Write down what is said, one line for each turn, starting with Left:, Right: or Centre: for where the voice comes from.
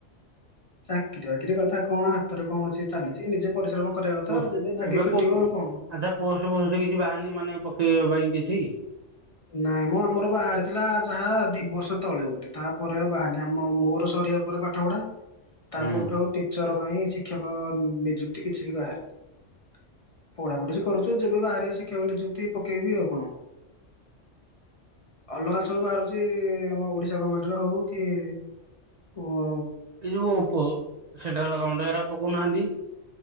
Left: ଚାକିରି ବାକିରି କଥା କଣ ହାତରେ କଣ ଅଛି ଚାଲିଚି ନିଜେ ପରିଶ୍ରମ କରିବା କଥା
Right: ପୋ
Left: ଯେବେ ଭାଗ୍ୟ
Right: ଏବେ
Left: ଫିଟିବ
Right: କୋଉ ପୋ
Left: ଆଉ କଣ।
Right: ଆଛା ପୋଷ୍ଟ ପୋଷ୍ଟ କିଛି ବାହାରି ନି ମାନେ ପକେଇବା ପାଇଁ କିଛି?
Left: ନାଇଁ ମ ଆମର ବାହାରି ଥିଲା ଯାହା ଦି ବର୍ଷ ତଳେ ଗୋଟେ ତାପରେ ଆଉ ବାହାରନି ଆମ ମୋର ସର ରି ବା ପରେ ପାଠ ପଢା ତା
Right: ହୁଁ
Left: ପରଠୁ ଆଉ ଟିଚର ପାଇଁ ଶିକ୍ଷକ ନିଯୁକ୍ତି କିଛି ବି ବାହାରନି। ପଢାପଢି ଜି କରୁଚୁ ଯେବେ ବାହାରିବା ଶିକ୍ଷକ ନିଯୁକ୍ତି ପକେଇବି ଆଉ କଣ। ଅଲଗା ସବୁ ବାହାରୁଚି ଆମ ଓଡିଶା ଗଭର୍ଣମେଣ୍ଟ ର ହଉ କି କୋ
Right: ଏଇ ଯୋ ପୋ ସେଣ୍ଟ୍ରିଲ ଗାର୍ମେଣ୍ଟ ଏରା ପକୋଉ ନାହିଁନ୍ତି।